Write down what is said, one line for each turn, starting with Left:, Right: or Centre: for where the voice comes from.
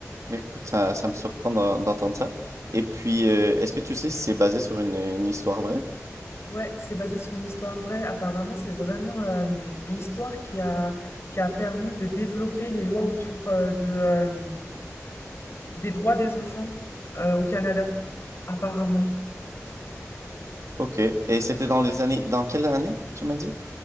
Right: Écoute, ça, ça me surprend d'en- d'entendre ça. Et puis, euh, est-ce que tu sais si c'est basé sur une, une histoire vraie?
Left: Ouais, c'est basé sur une histoire vraie. Apparemment, c'est vraiment euh, l'histoire qui a, qui a permis de développer les lois autour euh, de, euh, des droits des enfants euh, au Canada. Apparemment.
Right: Ok. Et c'était dans les années... Dans quelle année, tu m'as dit?